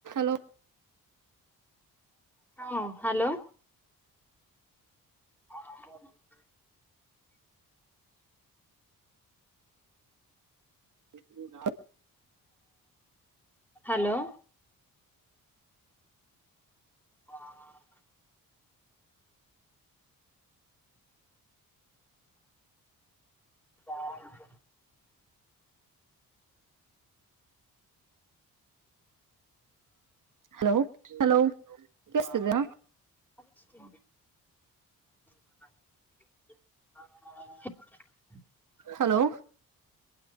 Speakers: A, on the right (about 55°); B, in the centre.
A: ಹಲೋ.
B: ಹಾ hello. <inaudible>
A: Gurunath
B: hello. <inaudible> <inaudible>
A: Hello hello ಕೆಳಸ್ತಿದೆಯಾ?
B: ಅಷ್ಟೇ <inaudible>
A: ಹಲೋ